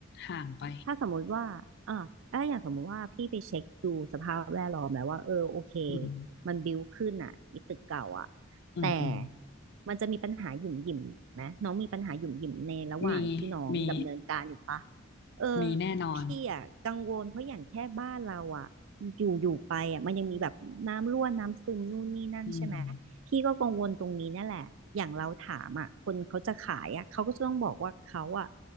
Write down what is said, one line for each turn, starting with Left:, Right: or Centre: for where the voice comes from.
Left: ห่างไป
Right: ถ้าสมมุติว่าอ่าถ้าอย่างสมมุติว่าพี่ไปเช็คดูสภาพแวดล้อมแล้วว่า เออ โอเค
Left: อืม
Right: มันบิ้วขึ้นอ่ะอีตึกเก่าอ่ะ
Left: อืมอืม
Right: แต่มันจะมีปัญหาหยุ่มหยิมไหมน้องมีปัญหาหยุ่มหยิมในระหว่างที่น้องดำเนินการอยู่ปะ
Left: มีมี
Right: เออ
Left: มีแน่นอน
Right: พี่อ่ะกังวล เพราะอย่างแค่บ้านเราอ่ะอยู่อยู่ไปอ่ะมันยังมีแบบน้ำรั่วน้ำซึมนู่นนี่นั่นใช่ไหม
Left: อืม
Right: พี่ก็กังวลตรงนี้นั่นแหละอย่างเราถามอ่ะคนเขาจะขายอ่ะเขาก็จะต้องบอกว่าเขาอ่ะ